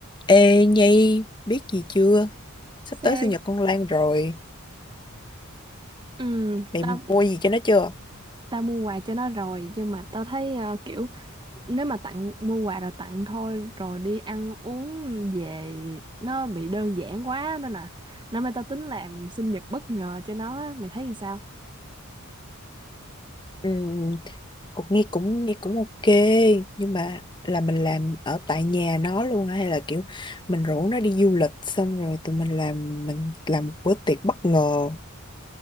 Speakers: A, on the left; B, on the right.
A: Ê Nhi, biết gì chưa? Sắp
B: Sao?
A: tới sinh nhật con Lan rồi.
B: Ừ,
A: Mày
B: tao
A: mua gì cho nó chưa?
B: tao mua quà cho nó rồi nhưng mà tao thấy ờ, kiểu nếu mà tặng mua quà rồi tặng thôi rồi đi ăn uống về nó bị đơn giản quá nên là năm nay tao tính làm sinh nhật bất ngờ cho nó á. mày thấy như sao?
A: Ừ, cũng nghe cũng nghe cũng ok, nhưng mà là mình làm ở tại nhà nó luôn hay là kiểu mình rủ nó đi du lịch xong rồi tụi mình làm mình làm một bữa tiệc bất ngờ.